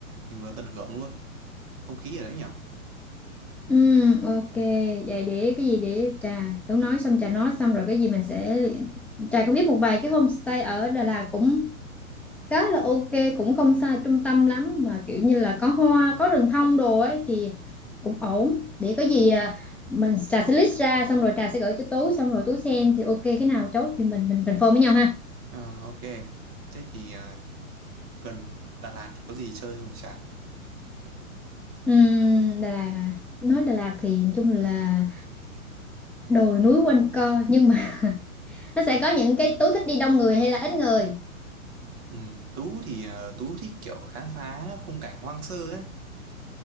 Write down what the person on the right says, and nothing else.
mình vừa tận hưởng luôn không khí ở đấy nhỉ?
Ờ, ok. Thế thì à, gần Đà Lạt thì có gì chơi không chả? Kiểu-
Ừ, Tú thì à, Tú thích kiểu khám phá khung cảnh hoang sơ ấy.